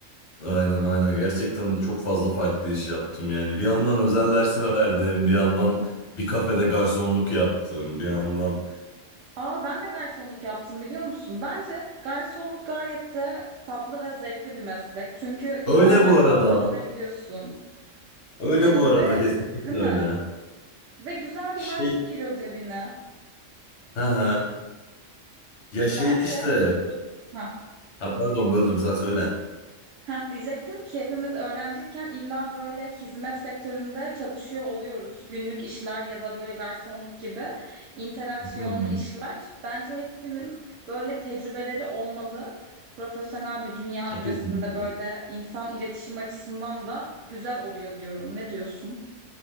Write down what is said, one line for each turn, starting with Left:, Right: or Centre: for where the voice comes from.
Left: Aynen aynen gerçekten çok fazla farklı iş yaptım yani. Bir yandan özel dersi verdim, bir yandan bir kafede garsonluk yaptım, bir yandan
Right: Aa ben de garsonluk yaptım biliyor musun? Bence garsonluk gayet de tatlı ve zevkli bir meslek. Çünkü insanlarla
Left: Öyle bu arada.
Right: muhabbet edebiliyorsun.
Left: Öyle
Right: Ee,
Left: bu arada
Right: ve
Left: kesinlikle
Right: değil mi?
Left: öyle.
Right: Ve güzel bir
Left: Şey
Right: harçlık giriyor cebine.
Left: ha ha. Ya şey
Right: Bence
Left: işte.
Right: Heh.
Left: Ha pardon böldüm sen söyle.
Right: Heh, diyecektim ki hepimiz öğrenciyken illa böyle hizmet sektöründe çalışıyor oluyoruz. Günlük işler ya da böyle garsonluk gibi interaksiyonlu
Left: Hı hı.
Right: işler. Bence hepimizin böyle tecrübeleri olmalı. Profesyonel bir dünya öncesinde
Left: Kesinlikle.
Right: böyle insan iletişim açısından da güzel oluyor diyorum. Ne diyorsun?